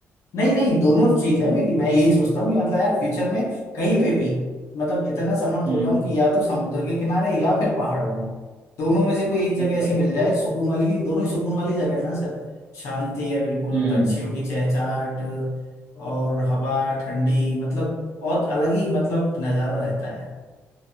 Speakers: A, on the left; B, on the right.
A: नहीं नहीं दोनों चीज है मेरी मैं यही सोचता हूँ कि मतलब यार फ्यूचर में कहीं पे भी मतलब इतना समर्थ
B: हम्म
A: हो जाऊं कि या तो समुद्र के किनारे या फिर पहाड़ों में दोनों में से कोई एक जगह
B: अच्छा
A: ऐसी मिल जाए सुकून वाली की दोनों ही सुकून वाली जगह है ना सर शांति है बिल्कुल
B: हम्म
A: पक्षियों की चहचहाट और हवा ठंडी मतलब बहुत अलग ही मतलब नजारा रहता है